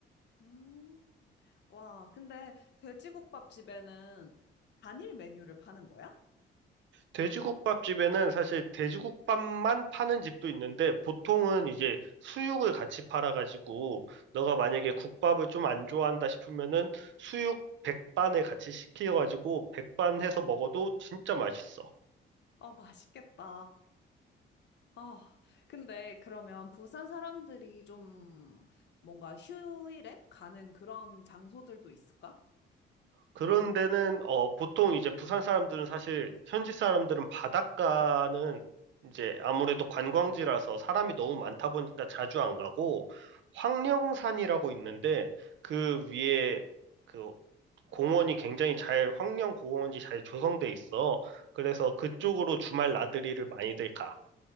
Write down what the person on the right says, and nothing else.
돼지국밥집에는 사실 돼지국밥만 파는 집도 있는데 보통은 이제 수육을 같이 팔아가지고 너가 만약에 국밥을 좀 안 좋아한다 싶으면은 수육 백반에 같이 시켜가지고 백반 해서 먹어도 진짜 맛있어.
그런 데는 어 보통 이제 부산 사람들은 사실 현지 사람들은 바닷가는 이제 아무래도 관광지라서 사람이 너무 많다 보니까 자주 안 가고 황령산이라고 있는데 그 위에 그 공원이 굉장히 잘, 황령 공원이 잘 조성돼 있어. 그래서 그쪽으로 주말 나들이를 많이들 가.